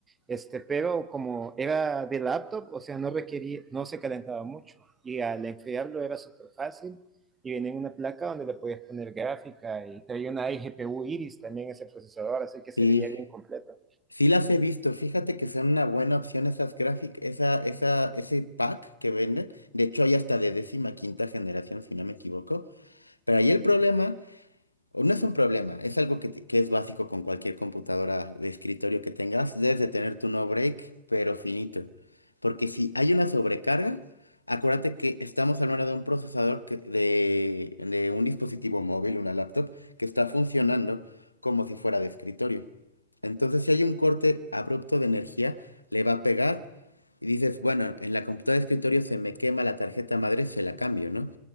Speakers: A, on the right; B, on the left.
A: este, pero como era de laptop, o sea, no requería, no se calentaba mucho y al enfriarlo era súper fácil y venía en una placa donde le podías poner gráfica y traía una iGPU Iris también ese procesador, así que se
B: Sí.
A: veía bien completo.
B: Sí las he visto, fíjate que son una buena opción esas gráficas, esa, esa, ese pack que venden. De hecho, hay hasta de décima quinta generación, si no me equivoco. Pero ahí el problema o No es un problema, es algo que, t- que es básico con cualquier computadora de escritorio que tengas. Debes de tener tu no break, pero finito. Porque si hay una sobrecarga, acuérdate que estamos hablando de un procesador que- de, de un dispositivo móvil, una laptop, que está funcionando como si fuera de escritorio. Entonces, si hay un corte abrupto de energía, le va a pegar y dices, bueno, en la computadora de escritorio se me quema la tarjeta madre, se la cambio, ¿no?